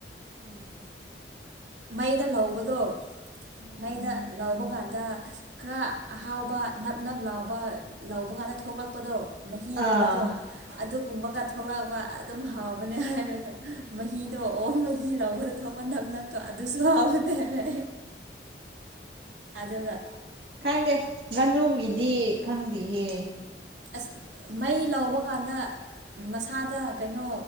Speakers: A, on the right; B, on the right.
A: ꯑꯝ
B: ꯃꯩꯗ ꯂꯧꯕꯗꯣ
A: ꯎꯝ
B: ꯃꯩꯗ ꯂꯥꯎꯕ ꯀꯥꯟꯗ ꯈꯔ ꯑꯍꯥꯎꯕ ꯅꯞ ꯅꯞ ꯂꯥꯎꯕ ꯂꯧꯕ ꯀ ꯍꯥꯟꯅ ꯊꯣꯛꯂꯛꯄꯗꯣ ꯃꯍꯤꯒꯨꯝꯕꯗꯣ
A: ꯑꯥ
B: ꯑꯗꯨꯒꯨꯝꯕꯒ ꯊꯣꯛꯂꯛꯄ ꯑꯗꯨꯝ ꯍꯥꯎꯕꯅꯦ ꯍꯥꯏꯔꯒ ꯃꯍꯤꯗꯣ ꯑꯣ ꯃꯍꯤ ꯂꯧꯕꯗ ꯊꯣꯛꯄꯟ ꯊꯕ ꯅꯠꯇꯣ ꯑꯗꯨꯁꯨ ꯍꯥꯎꯕꯅꯦ ꯍꯥꯏꯔꯦ ꯑꯗꯨꯒ
A: ꯈꯪꯗꯦ ꯉꯥꯅꯨꯒꯤꯗꯤ ꯈꯪꯗꯦꯍꯦ
B: ꯑꯁ ꯃꯩ ꯂꯧꯕ ꯀꯥꯟꯗ ꯃꯁꯥꯗ ꯀꯩꯅꯣ